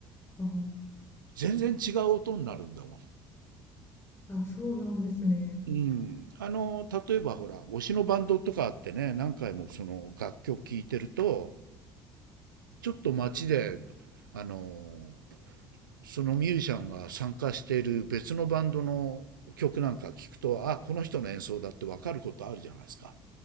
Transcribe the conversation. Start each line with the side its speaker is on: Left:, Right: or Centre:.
Left: あー
Right: 全然違う音になるんだもん。
Left: あ、そうなんですね。
Right: うん、あの、例えばほら、推しのバンドとかあってね、何回もその楽曲聴いてると、ちょっと街で、あの、そのミュージシャンが参加している別のバンドの曲なんか聞くと、あ、この人の演奏だってわかることあるじゃないですか。